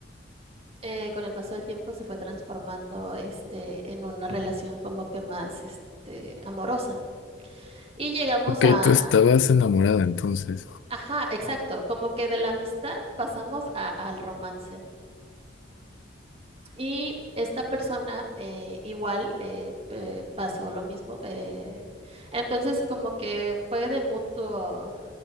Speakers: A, on the right; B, on the left.
A: eh, con el paso del tiempo se fue transformando este, en una relación como que más este, amorosa. Y llegamos
B: Ok,
A: a,
B: tú estabas
A: a-
B: enamorada entonces.
A: ajá, exacto, como que de la amistad pasamos a- al romance. Y esta persona eh, igual eh, eh, pasó lo mismo. eh, entonces como que fue de mutuo